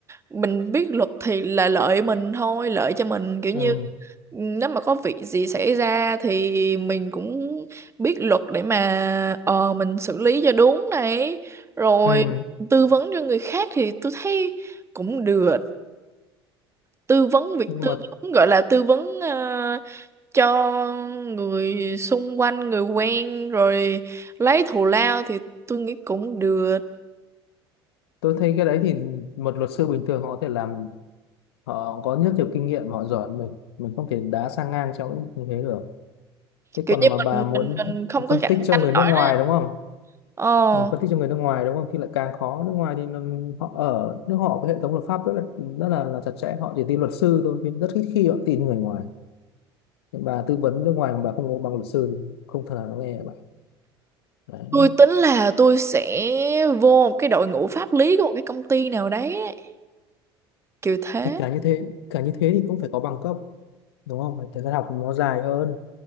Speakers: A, on the right; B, on the left.
A: mình biết luật thì là lợi mình thôi, lợi cho mình kiểu
B: ừ,
A: như nếu mà có việc gì xảy ra thì mình cũng biết luật để mà ờ mình xử lý cho đúng này rồi
B: ừ.
A: tư vấn cho người khác thì tôi thấy cũng được tư vấn việc
B: nhưng
A: tư
B: mà
A: vấn gọi là tư vấn ờ, cho người xung quanh người quen rồi lấy thù lao thì tôi nghĩ cũng được
B: tôi thấy cái đấy thì một luật sư bình thường họ có thể làm họ có rất nhiều kinh nghiệm họ giỏi hơn mình mình không thể đá sang ngang trong lĩnh vực như thế được thế
A: kiểu
B: còn
A: như
B: mà
A: mình
B: bà muốn
A: mình mình không có
B: phân
A: cạnh
B: tích cho
A: tranh
B: người
A: nổi
B: nước ngoài
A: đó
B: đúng không
A: ờ
B: mình phân tích cho người nước ngoài đúng không thì lại càng khó nước ngoài thì nó- họ ở nước họ cái hệ thống luật pháp rất là rất là, là chặt chẽ họ chỉ tin luật sư thôi nhưng rất ít khi họ tin người ngoài nhưng bà tư vấn nước ngoài mà bà không có bằng luật sư thì không thể nào nó nghe bà đấy.
A: tôi tính là tôi sẽ vô một cái đội ngũ pháp lý của một cái công ty nào đấy ấy, kiểu thế
B: thì cả như thế cả như thế thì cũng phải có bằng cấp đúng không Phải thời gian học nó dài hơn